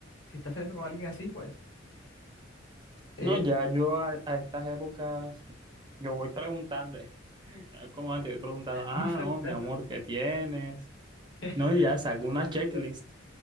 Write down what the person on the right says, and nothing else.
No, ya yo a, a estas épocas, yo voy preguntando. <laughs> No es como antes, voy preguntando, ah,
no, mi amor, ¿qué tienes?
No, y ya saco una
checklist.